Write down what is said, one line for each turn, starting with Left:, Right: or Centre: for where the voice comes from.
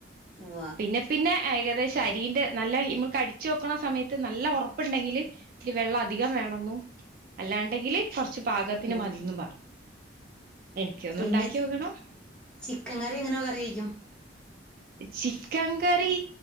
Centre: ഉവ്വ
Right: പിന്നെ പിന്നെ ഏകദേശം അരീന്റെ നല്ല ഇമ്മൾക്കടിച്ചു നോക്കണ സമയത്ത് നല്ല ഉറപ്പുണ്ടെങ്കില് ഇത്തിരി വെള്ളം അധികം വേണെന്നും അല്ലാണ്ടെങ്കില് കൊറച്ച് പാകത്തിന്
Centre: ഉം
Right: മതിന്നും
Centre: ഉം
Right: പറ എനിക്ക് ഒന്ന്
Centre: പിന്നെ
Right: ഉണ്ടാക്കി
Centre: ചി
Right: നോകണം
Centre: ചിക്കൻ കറി എങ്ങനെ കറി വെയ്ക്കും
Right: ചിക്കൻ കറി